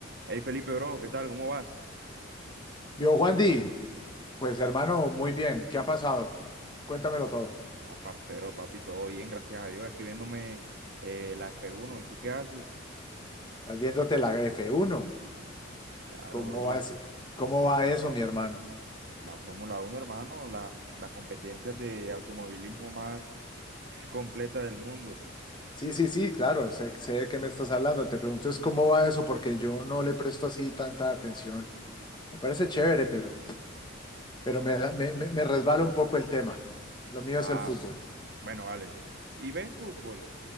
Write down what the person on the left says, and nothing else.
Vio Juan Di, pues hermano, muy bien, ¿qué ha pasado? Cuéntamelo
todo.
Estás viéndote la f uno,
¿Cómo
va,
ese- cómo
va
eso, mi hermano?
Sí, sí, sí, claro, sé, sé de qué me estás hablando. Te pregunto es cómo va eso, porque yo no le presto así tanta atención. Me parece chévere, pero, pero me, me, me me resbala un poco el tema. Lo mío
es el fútbol.